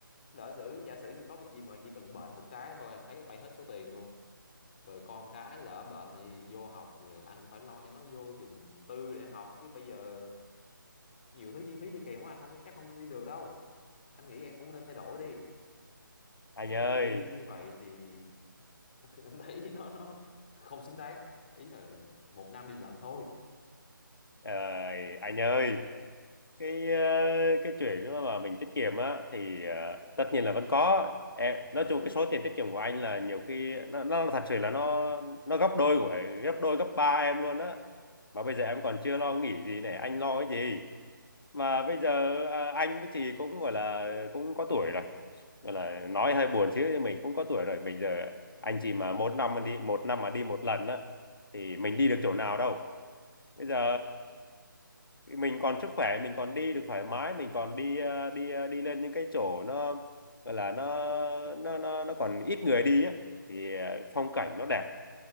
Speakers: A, on the left; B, on the left.
A: lỡ sử giả sử như có việc gì mà chỉ cần bệnh một cái thôi anh thấy là bay hết số tiền luôn rồi con cái lỡ bệnh thì vô học rồi anh cũng phải lo cho nó vô trường tư để học chứ bây giờ nhiều thứ chi phí đi kèm quá anh không chắc không đi được đâu anh nghĩ em cũng nên thay đổi đi
B: anh
A: chứ
B: ơi
A: mà đi như vậy thì <laughs> em thấy nó nó không xứng đáng ý là một năm đi lần thôi
B: ờ, anh ơi cái ờ, cái chuyện đó mà mình tiết kiệm á thì ờ, tất nhiên là vẫn có em nói
A: ừ
B: chung cái số tiền tiết kiệm của anh là nhiều khi nó nó thật sự là nó nó gấp đôi của gấp đôi gấp ba em luôn á mà bây giờ em còn chưa lo nghĩ gì này anh lo cái gì mà bây giờ à, anh với chị cũng gọi là cũng có tuổi rồi gọi là nói hơi buồn chứ nhưng mình cũng có tuổi rồi bây giờ anh chị mà một năm mà đi một năm mà đi một lần á thì mình đi được chỗ nào đâu bây giờ mình còn sức khỏe mình còn đi được thoải mái mình còn đi ờ, đi ờ, đi lên những cái chỗ nó gọi là nó nó nó nó còn ít người đi á thì ờ, phong cảnh nó đẹp